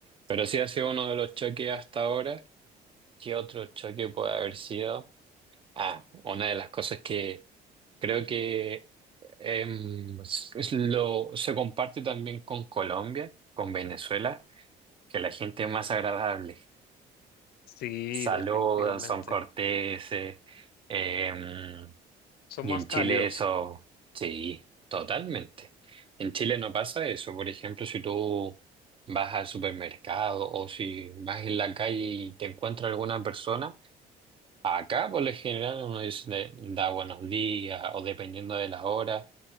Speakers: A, on the right; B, on the left.
A: pero sí ha sido uno de los choques hasta ahora. ¿Qué otro choque puede haber sido? Ah, una de las cosas que creo que em, s- es lo, se comparte también con Colombia, con Venezuela, que la gente es más agradable.
B: Sí,
A: Saludan,
B: definitivamente.
A: son corteses. em,
B: Son
A: y
B: más
A: en
B: cálidos.
A: Chile eso, sí, totalmente. En Chile no pasa eso. Por ejemplo, si tú vas al supermercado o si vas en la calle y te encuentras alguna persona, Acá, por lo general, uno dice, de- da buenos días o dependiendo de la hora.